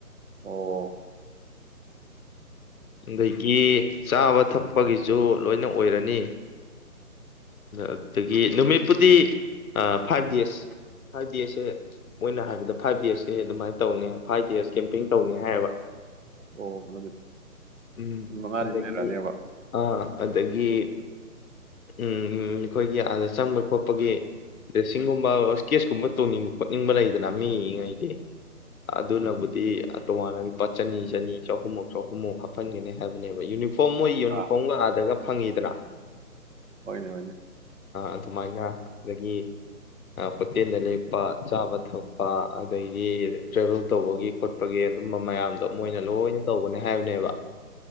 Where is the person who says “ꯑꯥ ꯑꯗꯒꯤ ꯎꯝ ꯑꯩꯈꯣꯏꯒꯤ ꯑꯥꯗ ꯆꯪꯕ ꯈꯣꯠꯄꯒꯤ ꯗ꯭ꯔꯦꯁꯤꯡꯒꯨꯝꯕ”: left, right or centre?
Left